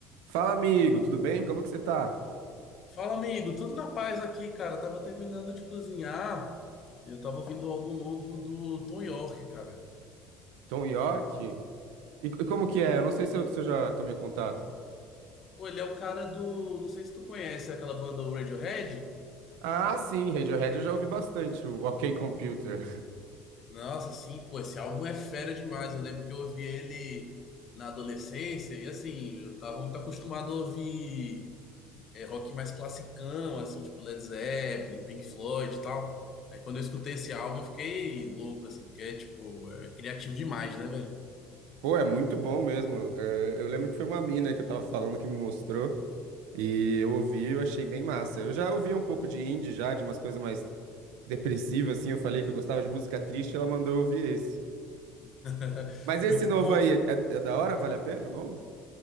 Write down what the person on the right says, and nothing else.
Fala, amigo, tudo bem? Como que você tá?
Tom York? E, e como que é? Eu não sei se eu, se eu já tomei contato.
Ah, sim, Radiohead eu já ouvi bastante, o OK Computer.
<laughs> Pô, é muito bom mesmo. É, eu lembro que foi uma mina que eu tava falando que me mostrou, e eu ouvi e eu achei bem massa. Eu já ouvia um pouco de indie já, de umas coisas mais depressivas, assim, eu falei que eu gostava de música triste, ela mandou eu ouvir esse.
Mas esse
novo
aí, é, é- é da hora? Vale a pena o novo?